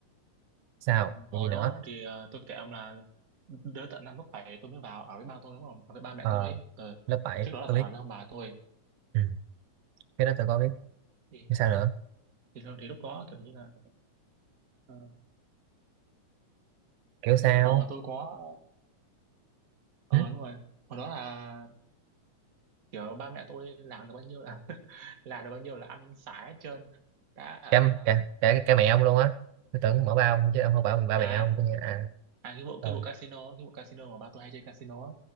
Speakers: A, on the right; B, on the right.
A: sao
B: ừ,
A: Còn
B: hồi
A: gì nữa
B: đó thì à, tôi kể ông là đứa tận năm lớp bảy tôi mới vào ở với ba tôi đúng không ở với ba mẹ
A: ờ,
B: tôi ấy ừ.
A: lớp 7
B: trước đó là
A: tôi
B: tôi
A: biết
B: ở với ông bà tôi
A: ừ, cái đó tôi có biết
B: thì
A: Cái sao nữa
B: thì, thì lúc đó kiểu như là ờ,
A: kiểu sao
B: hồi mà tôi có ờ
A: ừ?
B: đúng rồi hồi đó là kiểu ba mẹ tôi làm được bao nhiêu là là được bao nhiêu là ăn xả hết trơn đã à,
A: cả, cả, cả cả mẹ ông luôn á tôi tưởng mở ba ông chứ ông không bảo mình ba
B: à
A: mẹ ông tôi nghe à
B: à cái vụ
A: ờ
B: cái vụ casino cái vụ casino mà ba tôi hay chơi casino á